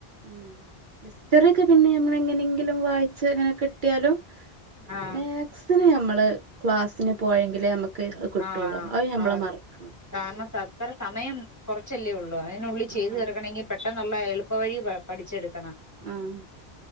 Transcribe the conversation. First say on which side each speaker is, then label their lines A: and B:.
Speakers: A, on the right; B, on the left.
A: ഉം ഹിസ്റ്ററിയൊക്കെ പിന്നെ നമ്മള എങ്ങനെങ്കിലും വായിച്ച് അങ്ങനെക്കെ ട്ട്യാലും
B: ആഹ്
A: മാത്സിന് നമ്മള് ക്ലാസിന് പോയെങ്കിലേ നമ ക്കെഹ് കിട്ടുള്ളൂ
B: ആഹ്
A: അഹ് നമ്മള്
B: ആഹ്
A: മറക്കുന്നു
B: കാരണം ച്ചത്ര സമയം കൊറച്ചല്ലേ ഉള്ളൂ അയിനുള്ളിൽ ചെയ്ത്
A: ആഹ്
B: തീർക്കണങ്കിൽ പെട്ടെന്നുള്ള എളുപ്പ വഴി പഠിച്ചെടുക്കണം
A: ആഹ്